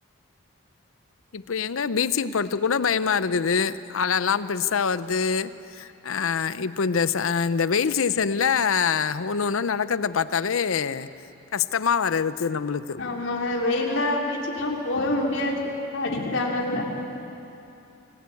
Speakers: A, on the left; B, on the left.
A: இப்ப எங்க பீச்சிக் போறது கூட பயமா இருக்குது அழல்லா பெருசா வருது ஆ இப்போ இந்த இந்த வெயில் சீசன்ல ஒன்னு ஒன்னு நடக்கறத பாத் தாவே கஷ்டமா வரதுக்கு நம்ளுக்கு
B: ஆமாங்க வெயில்ல பீச்சுக்குலா போவே முடியாது அடிக்குது அனல்ல